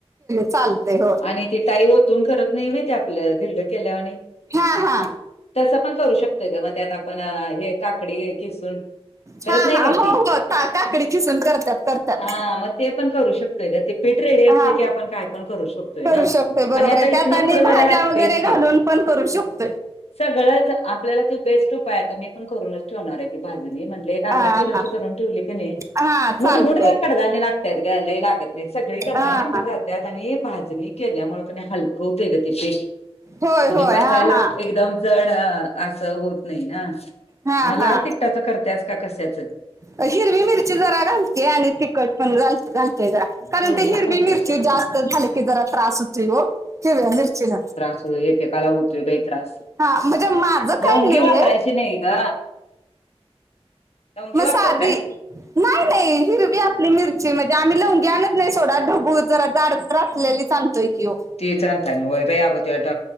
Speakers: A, on the right (about 30°); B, on the left (about 75°).
A: चालते हो
B: आणि ती ताई ओतून करत नाही म ते आपल्याला धर्ड केल्या आणि
A: हा हा
B: तसं पण करू शकतोय का मग त्यात आपण हे काकडी किसून करत
A: हा
B: नाही
A: हा
B: काय
A: हो
B: त
A: हो ता काकडी खिसून करतात करतात
B: हा मग ते पण करू शकतोय का ते ीट रेडी
A: हा
B: असल की आपण काय पण करू शकतोय
A: करू
B: ना
A: शकतोय बरोबर
B: आणि आता
A: आहे त्यात
B: इथन
A: आणि
B: पुढं
A: भाज्या
B: जरा लागतेच
A: वगैरे घालून
B: की
A: पण करू शक
B: सगळंच आपल्याला त बेस्ट पाय आता मी पण करूनच ठेवणार आहे ती भाजणी. म्हटल एक अर्धा
A: हा
B: किलोची
A: हा
B: करून ठेवली की नाही
A: हा
B: मोठेमोठे
A: चालतंय
B: वर कडधान्य लागत्यात ग. लई लागत नाही सगळी कडधान्य
A: हा
B: पण
A: हा
B: जात्यात त्यानी भाजणी केल्यामुळे क नणी हलकं होतय ग ते पीठ
A: होय
B: म्हणजे
A: होय
B: पचायला
A: हा हा
B: एकदम असं होत नाही ना
A: हा
B: मग लाल
A: हा
B: तिकटाच करतास का कशाचं
A: <inaudible> <inaudible>
B: दोन्ही पण घालत्यास होय तू
A: <unintelligible>
B: <unintelligible> त्रास
A: हा म्हणजे माझं
B: लवंगी
A: काही नाहीये
B: वापरायची नाही ग. लवंगी
A: म
B: वापरताय
A: सादी नाही नाही हिरवी आपली मिरची मध्ये आम्ही लवंगी आणत नाही. सोडा ढबु जरा जाड रातलेलीच आणतोय कि वो.
B: तीच आणता वय बायी अग ते ड